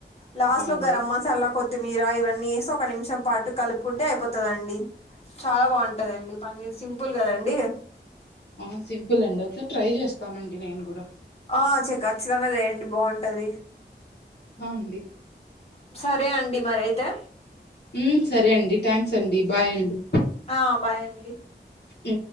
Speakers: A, on the left (about 35°); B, on the left (about 60°).
A: లాస్ట్లో
B: ఆ అండి
A: గరం మసాలా కొత్తిమీర ఇవన్నీ ఏసి ఒక నిమిషం పాటు కలుప్కుంటే ఐపోతాదండి చాలా బాంటదండి పన్నీర్ సింపుల్ గదండి
B: ఆ సింపులండి ఒక్సార్ ట్రై జేస్తానండి నేన్ గుడా
A: ఆ చే ఖచ్చితంగా జేయండి బ్వాంటది
B: హా అండి
A: సరే అండి మరైతే
B: ఉ సరే అండి థ్యాంక్సండి బాయండి
A: ఆ బాయండి
B: ఉ